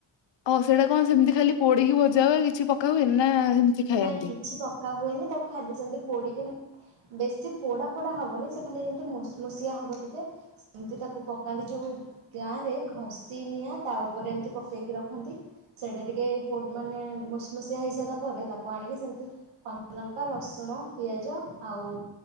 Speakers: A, on the left; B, on the right.
A: ହଉ ସେଇଟା କଣ ସେମିତି ଖାଲି ପୋଡିକି ଭଜା ହଏ, କିଛି ପକା ହୁଏ ନା। ସେମିତି ଖାଆନ୍ତି?
B: ନାଇଁ କିଛି ପକା ହୁଏନି, ତାକୁ ଖାଲି ସେମତି ପୋଡିକି ବେଶୀ ପୋଡା ପୋଡା ହବନି, ସେ ଖାଲି ଯେମିତି ମସମସିଆ ହବ ଟିକେ, ସେମତି ତାକୁ ପକାନ୍ତି ଯୋଉ ଗାଁ ରେ ଘଷି ନିିଆଁ ତା ଉପରେ ଏମିତି ପକେଇକି ରଖନ୍ତି ସେଇଟା ଟିକେ ପୋ ମାନେ ମସମସିିଆ ହେଇସାରିଲା ପରେ ତାକୁ ଆଣିକି ସେମିତି କଞ୍ଚଲଙ୍କା, ରସୁଣ, ପିଆଜ ଆଉ